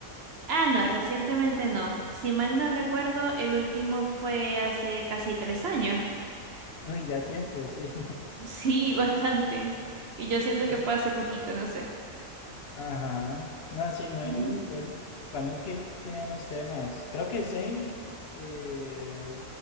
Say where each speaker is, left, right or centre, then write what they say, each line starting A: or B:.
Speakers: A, on the right; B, on the left.
A: Ah, no, recientemente no. Si mal no recuerdo, el último fue hace casi tres años. <laughs>
B: uy, ya tiempo, sí.
A: Sí, bastante. Y yo siento
B: <laughs>
A: que fue hace poquito, no sé.
B: Ajá. No, sí, no, él,
A: Ujú.
B: él, para mí que él tiene unos temas. Creo que Zayn eh,